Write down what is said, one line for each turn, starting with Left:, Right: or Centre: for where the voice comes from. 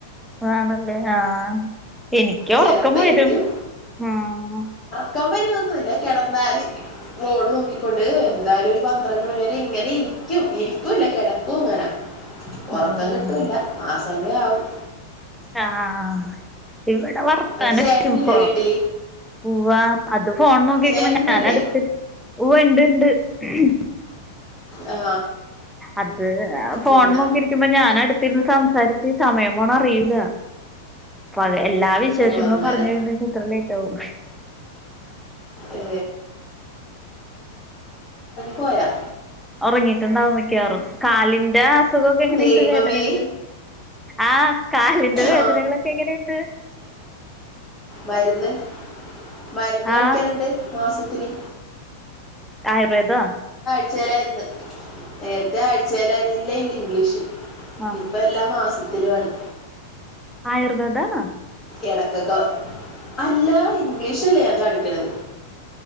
Centre: അതാണല്ലേ ആഹ് എനിക്ക്
Left: ചിലപ്പോൾ
Centre: ഉറക്കം വരും
Left: ഇരിക്കും
Centre: ഉം
Left: ഉറക്കം വരൊന്നില്ല കെടന്നാല് ഫോൺ നോക്കിക്കൊണ്ട് എന്തായാലും പന്ത്രണ്ട് മണിവരെ ഇങ്ങനെ ഇരിക്കും ഇരിക്കൂല കെടക്കും ഇങ്ങനെ ഒറക്കം
Centre: ആണല്ലേ
Left: കിട്ടൂല്ല ആ സമയാവും
Centre: ആഹ് ഇവിടെ വർത്താനപ്പോ
Left: അത് ചേട്ടനില്ലേ വീട്ടിൽ
Centre: ഉവ്വാ അത് ഫോൺ നോക്കിരിക്കുമ്പോ
Left: ചേട്ടനില്ലേ
Centre: ഞാൻ അടുത്തി ഉവ്വ ഇണ്ട് ഇണ്ട് ഉം
Left: ആ
Centre: അത് ഫോൺ
Left: പിന്നെ
Centre: നോക്കിയിരിക്കുമ്പോ ഞാൻ അടുത്തിരുന്ന് സംസാരിച്ച് സമയം പോണ അറിയൂല പഴ എല്ലാ വിശേഷങ്ങളും
Left: ഓ അങ്ങനെ
Centre: പറഞ്ഞു കഴിഞെക്കുമ്പോ ലേറ്റാവും
Left: ഏ, പോയാ
Centre: ഉറങ്ങിയിട്ടുണ്ടാവും മിക്കാറും കാലിന്റെ അസുഖമൊക്കെ എങ്ങനെയുണ്ട്
Left: ദൈവമേ
Centre: വേദനകൽ ആഹ കാലിന്റെ വേദനകളൊക്കെ
Left: ആ,
Centre: എങ്ങനെയുണ്ട്?
Left: മരുന്ന് മരുന്ന് കഴിക്കാനുണ്ട്
Centre: ആഹ്
Left: മാസത്തില്
Centre: ആയുർവേദാ
Left: ആഴ്ചയിലാരുന്നു നേരത്തെ ആഴ്ചയിലായിരുന്നില്ല ഇല്ല ഇല്ല ഇംഗ്ലീഷ്
Centre: ആഹ്
Left: ഇപ്പ എല്ലാ മാസ തിലുവാണ്
Centre: ആയുർവേദാണോ
Left: ഇടക്കൊക്കെ അല്ല ഇംഗ്ലീഷ്ല്ലേ ഞാൻ കാണിക്കണത്.